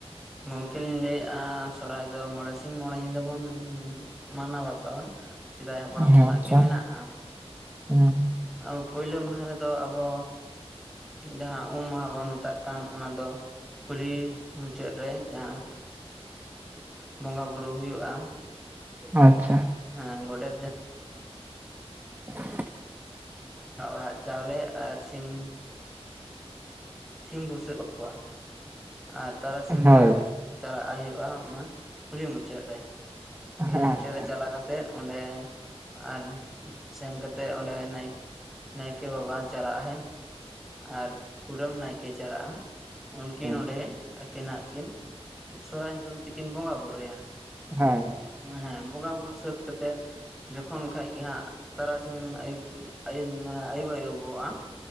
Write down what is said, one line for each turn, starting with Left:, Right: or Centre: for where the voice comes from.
Centre: ᱜᱚᱝᱠᱮ ᱞᱤᱧ ᱞᱟᱹᱭᱮᱫᱼᱟ ᱾ ᱥᱚᱨᱦᱟᱭ ᱫᱚ ᱢᱚᱬᱮ ᱥᱤ ᱢᱚᱬᱮ ᱧᱤᱫᱟᱹ ᱵᱚᱱ ᱢᱟᱱᱟ ᱵᱟᱛᱟᱣᱟ ᱾ ᱥᱮᱫᱟᱭ ᱦᱟᱯᱲᱟᱢ
Right: ᱦᱮᱸ
Centre: ᱠᱷᱚᱱᱟᱜ
Right: ᱟᱪᱪᱷᱟ
Centre: ᱜᱮ ᱢᱮᱱᱟᱜᱼᱟ᱾
Right: ᱦᱮᱸ
Centre: ᱦᱩᱸ᱾ ᱯᱳᱭᱞᱳ ᱢᱟᱦᱟ ᱨᱮᱫᱚ, ᱟᱵᱚ ᱡᱟᱦᱟᱸ ᱩᱢ ᱢᱟᱦᱟ ᱵᱚᱱ ᱢᱮᱛᱟᱜ ᱠᱟᱱ ᱚᱱᱟ ᱫᱚ᱾ ᱠᱩᱞᱦᱤ ᱢᱩᱪᱟᱹᱫ ᱨᱮ ᱡᱟᱦᱟᱸ, ᱵᱚᱸᱜᱟ ᱵᱩᱨᱩ ᱦᱩᱭᱩᱜᱼᱟ᱾
Right: ᱟᱪᱪᱷᱟ᱾
Centre: ᱦᱮᱸ ᱜᱚᱰᱮᱫ
Right: <inaudible>
Centre: ᱚᱲᱟᱜ ᱪᱟᱣᱞᱮ ᱟᱨ ᱥᱤᱢ᱾ ᱥᱤᱢ ᱵᱩᱥᱟᱹᱜ ᱟᱠᱚᱣᱟ ᱟᱨ ᱛᱟᱨᱟᱥᱤᱢ
Right: ᱦᱳᱭ
Centre: ᱵᱮᱲᱟ ᱪᱟᱞᱟᱜ ᱦᱩᱭᱩᱜᱼᱟ ᱚᱱᱟ, ᱠᱩᱞᱦᱤ ᱢᱩᱪᱟᱹᱫ ᱨᱮ᱾
Right: ᱟᱪᱪᱷᱟ
Centre: ᱠᱩᱞᱦᱤ ᱢᱩᱪᱟᱹᱫ ᱨᱮ ᱪᱟᱞᱟ ᱠᱟᱛᱮᱫ, ᱚᱸᱰᱮ ᱟᱨ ᱥᱮᱱ ᱠᱟᱛᱮᱜ ᱚᱸᱰᱮ ᱱᱟᱭ, ᱱᱟᱭᱠᱮ ᱵᱟᱵᱟ ᱪᱟᱞᱟᱜᱼᱟᱭ᱾ ᱟᱨ ᱠᱩᱰᱟᱹᱢ ᱱᱟᱭᱠᱮ ᱪᱟᱞᱟᱜᱼᱟ, ᱩᱱᱠᱤᱱ
Right: ᱦᱮᱸ
Centre: ᱚᱸᱰᱮ ᱩᱱᱠᱤᱱᱟᱜ ᱠᱤᱱ ᱥᱚᱦᱚᱨᱟᱭ ᱧᱩᱛᱩᱢ ᱛᱮᱠᱤᱱ ᱵᱚᱸᱜᱟ ᱵᱩᱨᱩᱳᱭᱟ᱾
Right: ᱦᱮᱸ᱾
Centre: ᱦᱮᱸ, ᱵᱚᱸᱜᱟ ᱵᱩᱨᱩ ᱥᱟᱹᱛ ᱠᱟᱛᱮᱜ ᱡᱚᱠᱷᱚᱱ ᱠᱷᱟᱡ ᱜᱮ ᱦᱟᱸᱜ ᱛᱟᱨᱟᱥᱤᱧ, ᱟᱭᱩᱵ ᱟᱭᱩᱵ ᱢᱟᱱᱮ ᱟᱭᱩᱵ ᱟᱹᱭᱩᱵᱚᱜᱼᱟ